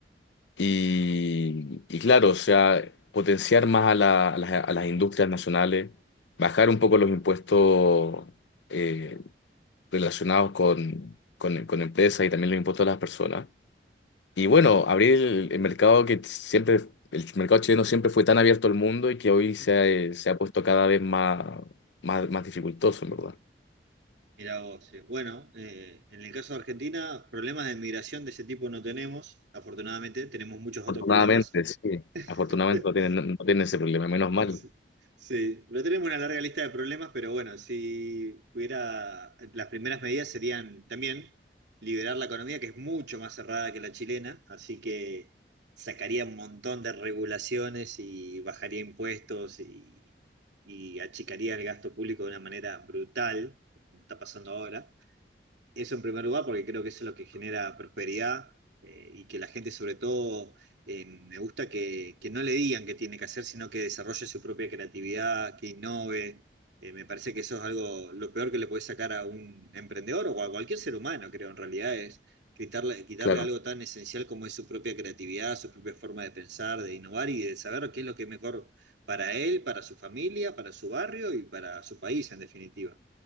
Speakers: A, on the left; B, on the right.
A: y, y claro, o sea, potenciar más a, la- a las, a las industrias nacionales, bajar un poco los impuestos eh, relacionados con, con, con empresas y también los impuestos a las personas. Y bueno, abrir el, el mercado que siempre, el mercado chileno siempre fue tan abierto al mundo y que hoy se
B: Ujú.
A: ha, eh, se ha puesto cada vez más, más, más dificultoso, en verdad.
B: mira vos. eh, Bueno, eh, en el caso de Argentina, problemas de migración de ese tipo no tenemos. Afortunadamente, tenemos muchos
A: Afortunadamente,
B: otros problemas.
A: sí.
B: <laughs>
A: Afortunadamente no tienen, no tienen ese problema, menos
B: Es-
A: mal,
B: Sí, pero tenemos una larga lista de problemas, pero bueno, si hubiera, las primeras medidas serían también liberar la economía, que es mucho más cerrada que la chilena, así que sacaría un montón de regulaciones y bajaría impuestos y, y achicaría el gasto público de una manera brutal, como está pasando ahora. Eso en primer lugar, porque creo que eso es lo que genera prosperidad eh, y que la gente sobre todo eh, me gusta que, que no le digan qué tiene que hacer, sino que desarrolle su propia creatividad, que innove. Eh, me parece que eso es algo, lo peor que le puede sacar a un emprendedor o a cualquier ser humano, creo, en realidad es quitarle, quitarle
A: claro.
B: algo tan esencial como es su propia creatividad, su propia forma de pensar, de innovar y de saber qué es lo que es mejor para él, para su familia, para su barrio y para su país, en definitiva.